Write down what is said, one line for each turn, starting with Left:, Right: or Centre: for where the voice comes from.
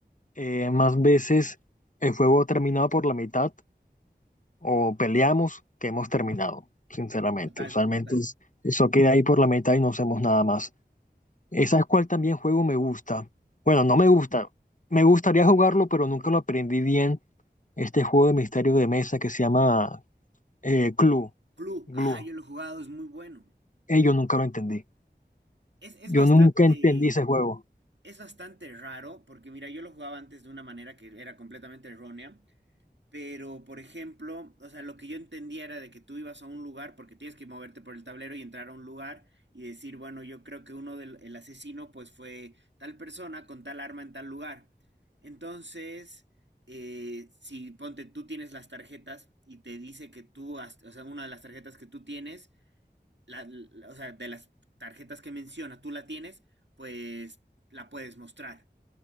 Left: eh, más veces el juego ha terminado por la mitad o peleamos que hemos terminado, sinceramente.
Right: Total,
Left: Usualmente
Right: total.
Left: es- eso queda ahí por la mitad y no hacemos nada más. ¿Esa es cuál también juego me gusta? Bueno, no me gusta. Me gustaría jugarlo, pero nunca lo aprendí bien. Este juego de misterio de mesa que se llama eh, Clue.
Right: Clue,
Left: Glue.
Right: ah, yo lo he jugado, es muy bueno.
Left: Eh, yo nunca lo entendí.
Right: Es, es
Left: Yo
Right: bastante,
Left: nunca entendí ese juego.
Right: es bastante raro, porque mira, yo lo jugaba antes de una manera que era completamente errónea. Pero, por ejemplo, o sea, lo que yo entendía era de que tú ibas a un lugar, porque tienes que moverte por el tablero y entrar a un lugar y decir, bueno, yo creo que uno del el asesino, pues fue tal persona con tal arma en tal lugar. Entonces, eh, si ponte, tú tienes las tarjetas y te dice que tú, has- o sea, una de las tarjetas que tú tienes, la- la- o sea, de las tarjetas que menciona, tú la tienes, pues la puedes mostrar.